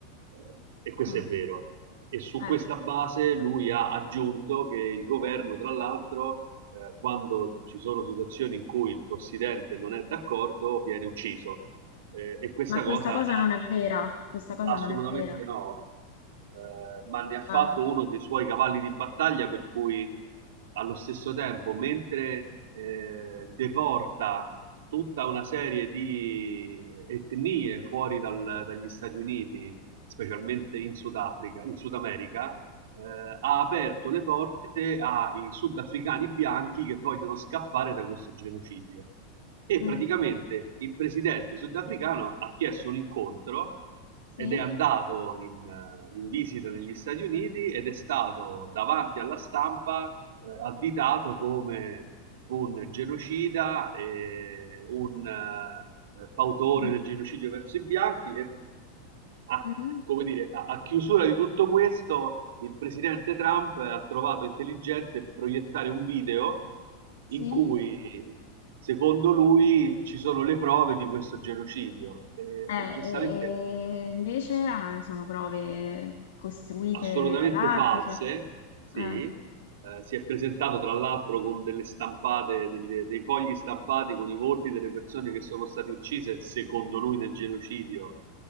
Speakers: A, on the right (about 80°); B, on the left (about 85°).
A: Eh, e questo
B: Ah,
A: è vero. E su
B: eh,
A: questa base lui ha aggiunto che il governo, tra l'altro, eh, quando ci sono situazioni in cui il presidente non è d'accordo, viene ucciso. Eh, e questa
B: Ma questa
A: cosa
B: cosa
A: ha
B: non è vera. Questa cosa
A: assolutamente
B: non è vera.
A: no, eh, ma ne ha fatto
B: Ah,
A: uno dei suoi cavalli di battaglia per cui allo stesso tempo, mentre eh, deporta tutta una serie di eh, etnie fuori dal- dagli Stati Uniti, specialmente in Sudafrica, in Sud America, eh, ha aperto le porte ai sudafricani bianchi che vogliono scappare da questo genocidio. E
B: mm,
A: praticamente il presidente sudafricano ha chiesto un incontro
B: sì,
A: ed è andato in, eh, in visita negli Stati Uniti ed è stato davanti alla stampa eh, additato come un genocida, eh, un eh, fautore
B: mm,
A: del genocidio verso i bianchi e ha
B: mm,
A: come dire, a, a chiusura di tutto questo, il presidente Trump ha trovato intelligente proiettare un video
B: sì.
A: in cui, secondo lui, ci sono le prove di questo genocidio. E,
B: Eh,
A: giustamente
B: e, e invece ah, sono prove costruite
A: assolutamente
B: ad arte,
A: false,
B: cioè,
A: sì.
B: eh,
A: Eh, si è presentato tra l'altro con delle stampate, degli- dei fogli stampati con i volti delle persone che sono state uccise, secondo lui, nel genocidio,